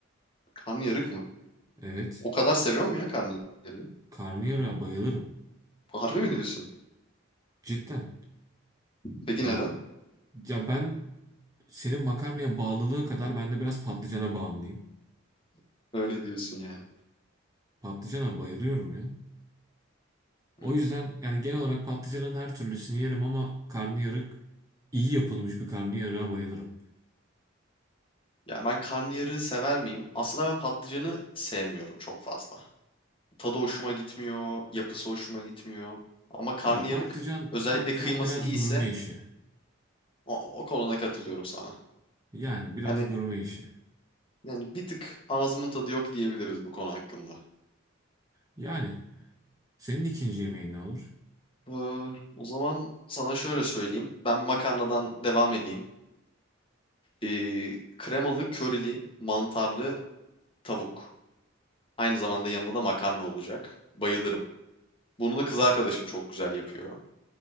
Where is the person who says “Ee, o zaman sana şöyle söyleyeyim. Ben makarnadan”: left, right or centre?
Left